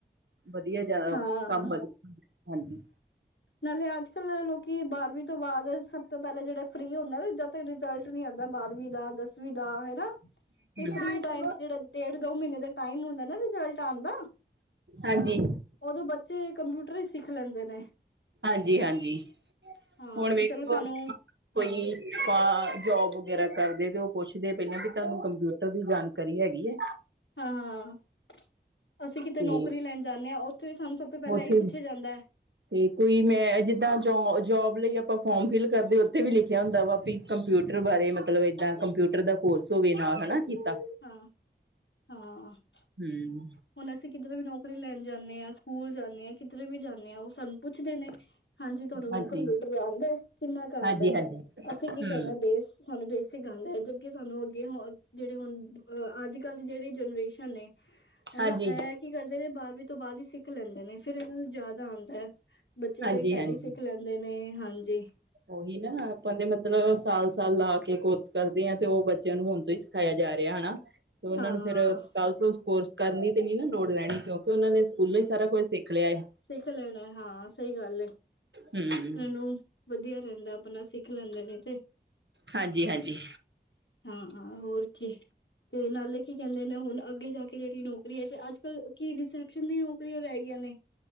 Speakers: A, on the right (about 75°); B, on the left (about 80°).
A: ਵਧੀਆ ਜਾ
B: ਹਾਂ
A: ਕੰਮ ਵਧੀਆ ਹਾਂਜੀ
B: ਨਾਲੇ ਅੱਜ ਕਲ ਲੋਕੀ ਬਾਰਵੀਂ ਤੋਂ ਬਾਅਦ ਸਭ ਤੋਂ ਪਹਿਲਾਂ ਜਿਹੜਾ ਫ੍ਰਰੀ ਹੁੰਦਾ ਨਾ ਜਦ ਰਿਜਲਟ ਨੀ ਆਂਦਾ ਬਾਰਵੀ ਦਾ ਦਸਵੀ ਦਾ ਹੈਨਾ ਤੇ ਫਰੀ
A: ਹਾਂਜੀ,
B: ਟਾਇਮ ਚ ਜੇੜੇ ਡੇਢ ਦੋ ਮਹੀਨੇ ਦਾ ਟਾਈਮ ਹੁੰਦਾ ਨਾ ਰਿਜ਼ਲਟ ਆਉਣ ਦਾ
A: ਹਾਂਜੀ
B: ਉਦੋਂ ਬੱਚੇ ਕੰਪਿਊਟਰ ਹੀ ਸਿੱਖ ਲੈਂਦੇ ਨੇ।
A: ਹਾਂਜੀ ਹਾਂਜੀ
B: ਹਾਂ
A: ਹੁਣ
B: ਕਿ
A: ਵੇਖੋ
B: ਚਲੋ ਸਾਨੂੰ
A: ਕੋਈ।
B: ਹਾਂ
A: ਆਪਾਂ ਜੋਬ ਵਗੈਰਾ ਕਰਦੇ ਤੇ ਉਹ ਪੁੱਛਦੇ ਪਹਿਲਾਂ ਵੀ ਤੁਹਾਨੂੰ ਕੰਪਿਊਟਰ ਦੀ ਜਾਣਕਾਰੀ ਹੈਗੀ ਏ।
B: ਹਾਂ ਹਾਂ। ਅਸੀਂ ਕਿਤੇ
A: ਤੇ
B: ਨੌਕਰੀ ਲੈਣ ਜਾਂਦੇ ਹਾਂ ਉੱਥੇ ਵੀ ਸਾਨੂੰ ਸਭ ਤੋਂ ਪਹਿਲਾਂ
A: ਉੱਥੇ
B: ਇਹੀ ਪੁੱਛਿਆ ਜਾਂਦਾ ਏ।
A: ਤੇ ਕੋਈ ਮੈਂ ਜਿੱਦਾਂ ਜੋ ਜੋਬ ਲਈ ਆਪਾਂ ਫੋਰਮ ਫਿਲ ਕਰਦੇ ਉੱਥੇ ਵੀ ਲਿਖਿਆ ਹੁੰਦਾ ਵਾ
B: ਹੈ
A: ਵੀ ਕੰਪਿਊਟਰ ਬਾਰੇ ਮਤਲਬ ਏਦਾਂ ਕੰਪਿਊਟਰ ਦਾ ਕੋਰਸ ਹੋਵੇ ਨਾਲ ਹਨਾ ਕੀਤਾ।
B: ਹਾਂ ਹਾਂ! <unintelligible>
A: ਹੂੰ
B: ਹੁਣ ਅਸੀਂ ਕਿਧਰ ਵੀ ਨੌਕਰੀ ਲੈਣ ਜਾਂਦੇ ਹਾਂ, ਸਕੂਲ ਜਾਂਦੇ ਹਾਂ, ਕਿਧਰੇ ਵੀ ਜਾਂਦੇ ਹਾਂ, ਉਹ ਸਾਨੂੰ ਪੁੱਛਦੇ ਨੇ! ਹਾਂਜੀ ਤੁਹਾਨੂੰ
A: ਹਾਂਜੀ,
B: ਕੰਪਿਊਟਰ
A: ਹਾਂਜੀ,
B: ਆਉਂਦਾ ਹੈ ਕਿੰਨਾ ਕੁ ਆਉਂਦਾ
A: ਹਾਂਜੀ
B: ਹੈ ਅਸੀਂ ਕੀ
A: ਹੂੰ
B: ਕਹਿਦੇ ਹ ਬੇਸ ਸਾਨੂੰ ਬੇਸਿਕ ਆਉਂਦਾ ਹੈ ਜਦਕਿ ਸਾਨੂੰ ਅੱਗੇ ਜਿਹੜੇ ਹੁਣ ਬ ਅੱਜ ਕੱਲ੍ਹ ਦੀ ਜਿਹੜੀ ਜਨਰੇਸ਼ਨ ਏ ਹਨਾ
A: ਹਾਂਜੀ,
B: ਇਹ ਕੀ ਕਰਦੇ ਨੇ ਬਾਰਵੀਂ ਤੋਂ ਬਾਅਦ ਹੀ ਸਿੱਖ ਲੈਂਦੇ ਨੇ ਫਿਰ ਇਹਨਾਂ ਨੂੰ ਜ਼ਿਆਦਾ ਆਉਂਦਾ ਹੈ। ਬੱਚੇ
A: ਹਾਂਜੀ,
B: ਕਈ ਟੈਲੀ
A: ਹਾਂਜੀ।
B: ਸਿੱਖ ਲੈਂਦੇ ਨੇ ਹਾਂਜੀ!
A: ਉਹੀ ਨਾ ਆਪਾਂ ਦੇ ਮਤਲਬ ਸਾਲ-ਸਾਲ ਲਾ ਕੇ ਕੋਰਸ ਕਰਦੇ ਹਾਂ ਤੇ ਉਹ ਬੱਚਿਆਂ ਨੂੰ ਹੁਣ ਤੋਂ ਹੀ ਸਿਖਾਇਆ ਜਾ ਰਿਹਾ ਹੈਨਾ ਤੇ ਉਹਨਾਂ
B: ਹਾਂ
A: ਨੂੰ ਫੇਿਰ ਕੱਲ ਤੋਂ ਉਸ ਕੋਰਸ ਕਰਨ ਦੀ ਤੇ ਨੀ ਨਾ ਲੋੜ ਲੈਣੀ ਕਿਉਂਕਿ ਉਹਨਾਂ ਨੇ ਸਕੂਲਾਂ ਹੀ ਸਾਰਾ ਕੁਝ ਸਿੱਖ ਲਿਆ ਹੈ।
B: ਸਿੱਖ ਲੈਣਾ ਹਾਂ ਸਹੀ ਗੱਲ ਹੈ!
A: ਹਮ
B: ਇਹਨੂੰ ਵਧੀਆ ਰਹਿੰਦਾ ਆਪਣਾ ਸਿੱਖ ਲੈਂਦੇ ਨੇ ਤੇ
A: ਹਾਂਜੀ-ਹਾਂਜੀ,
B: ਹਾਂ ਹੋਰ ਕੀ। ਤੇ ਨਾਲੇ ਕੀ ਕਹਿੰਦੇ ਨੇ ਹੁਣ ਅੱਗੇ ਜਾ ਕੇ ਜਿਹੜੀ ਨੌਕਰੀ ਹੈ ਤੇ ਅੱਜ ਕੱਲ੍ਹ ਕੀ ਰਿਸੈਪਸ਼ਨ ਦੀ ਓ ਰਹਿ ਗਈਆਂ ਨੇ